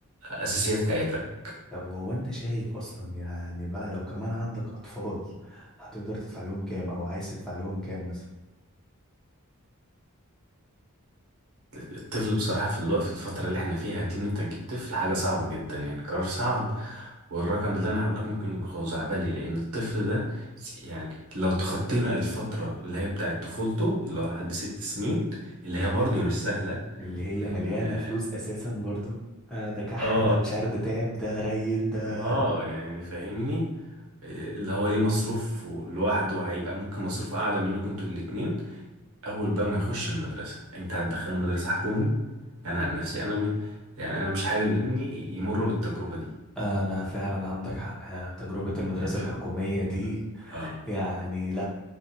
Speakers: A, on the right; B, in the centre.
A: اساسيات حياتك
B: طب وهو انت شايف اصلا يعني بقى لو كمان عندك اطفال هتقدر تدفع لهم كام او عايز تدفع لهم كام مثلا
A: الطفل بصراحه في الوقت في الفتره اللي احنا فيها دي ان انت تجيب طفل حاجه صعبه جدا يعني قرار صعب والرقم اللي انا هقول لك ممكن يكون خزعبلي لان الطفل ده س- يعني لو تخطينا الفتره اللي هي بتاعه طفولته اللي هو لحد ست سنين اللي هي برضه مش سهله
B: اللي هي
A: لان
B: مليانة فلوس اساسا برضو آه ده كح
A: اه
B: ده مش عارف ده تعب ده ريل ده
A: اه يعني فاهمني آه، اللي هو ليه مصروف لوحده هيبقى ممكن مصروف اعلى منكم انتوا الاتنين اول بقى ما يخش المدرسه انت هتدخله مدرسه حكومي انا عن نفسي انا م... يعني انا مش حابب ابني يمر بالتجربه دي
B: <laughs> انا فعلا عندك حق آه، تجربة المدرسة
A: يعني فاهم
B: الحكومية دي
A: اه
B: يعني لا